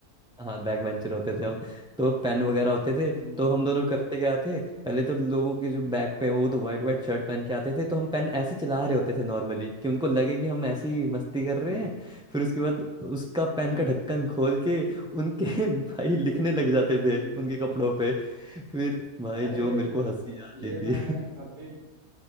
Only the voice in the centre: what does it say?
हाँ बैक बेंचर होते थे हम तो पेन वगैरह होते थे
तो हम दोनों करते क्या थे पहले तो लोगों के जो बैक पे वो तो वाइट वाइट शर्ट पहन के आते थे तो हम पेन ऐसे चला रहे होते थे नॉर्मली कि उनको लगे कि हम ऐसी मस्ती कर रहे
हैं फिर उसके बाद उसका पेन
का ढक्कन खोल के उनके <laughs> भाई लिखने लग जाते थे
उनके कपड़ों पे फिर भाई
जो मेरे को हंसी आती
थी